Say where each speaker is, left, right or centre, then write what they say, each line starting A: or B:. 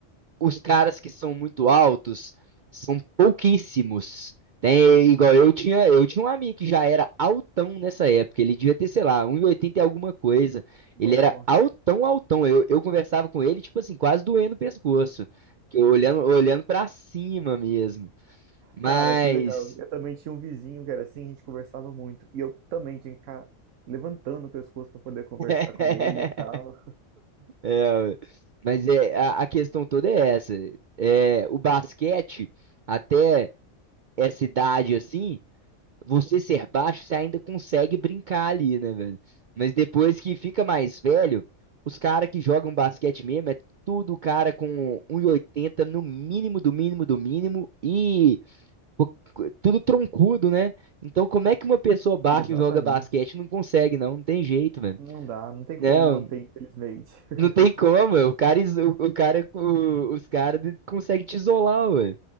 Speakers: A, on the right (about 60°); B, on the right (about 75°).
A: os caras que são muito altos são pouquíssimos. Tem, igual eu tinha, eu tinha um amigo que já era altão nessa época, ele devia ter, sei lá, 1,80 e oitenta e alguma coisa.
B: Nossa,
A: Ele era altão, altão. Eu, eu conversava com ele, tipo assim, quase doendo o pescoço, que eu olhando, olhando para cima mesmo.
B: cara,
A: Mas
B: que legal. Eu também tinha um vizinho que era assim, a gente conversava muito. E eu também tinha que ficar levantando o pescoço para poder conversar
A: <laughs>
B: com ele e tal.
A: É, mas é, a, a questão toda é essa. É, o basquete, até essa idade assim, você ser baixo, você ainda consegue brincar ali, né, velho? Mas depois que fica mais velho, os caras que jogam basquete mesmo é tudo cara com um e oitenta no mínimo do mínimo do mínimo e co- co- tudo troncudo, né? Então como é que uma pessoa baixa
B: Exatamente.
A: joga basquete não consegue, não? Não tem jeito, velho.
B: Não dá, não tem
A: Não,
B: como manter, infelizmente. <laughs>
A: não tem como, o cara, iso- o, o cara, o- os caras conseguem te isolar, ué.